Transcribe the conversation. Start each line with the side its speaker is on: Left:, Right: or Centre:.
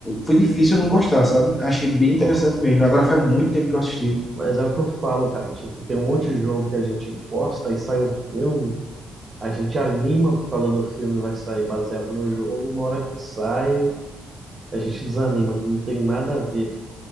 Left: foi difícil eu não gostar, sabe? Achei bem interessante mesmo. Agora faz muito tempo que eu assisti.
Right: Mas é o que eu falo, cara. Tipo, tem um monte de jogo que a gente gosta e sai um filme, a gente anima por causa do filme, vai sair baseado no jogo. Uma hora que sai, a gente desanima, que não tem nada a ver.